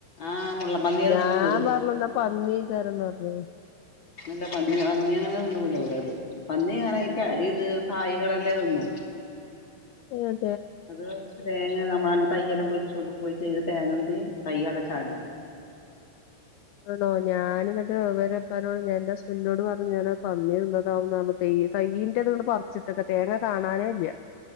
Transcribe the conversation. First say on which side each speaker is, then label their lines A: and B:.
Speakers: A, on the left (about 35°); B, on the left (about 85°).
A: ആഹ് മുള്ളംപന്നിയാ
B: ഞാ
A: തിന്നുന്നത്
B: പർഞ്ഞന്ന പന്നി ക്കാരന്നർഞ്ഞോ
A: അല്ല പന്നി പന്ന്യന്നെ തിന്നൂലോലത് പന്നിങ്ങനെ ഈ ക ഇ അത് കായികളല്ലേ ോന്നു
B: ഉം
A: അത്റ തേങ്ങ നമ്മളന്റെ തയ്യെല്ലാം പൊച്ചോൊണ്ട് പോയി ത്ത് തേങ്ങ സൈ ആാ ഛാടി
B: ആണോ ഞാന എന്നിട്ട്വരെപ്പോ ഞാ എന്റെ ഹസ്ബൻറിിനോട് പറഞ്ഞു ഞാന് പന്നി നിന്നതാവുന്ന തെയ്യ തയ്യീൻറെ അതുകൊണ്ട് പറിച്ചിട്ടൊക്കെ തേങ്ങ കാണാനേല്ല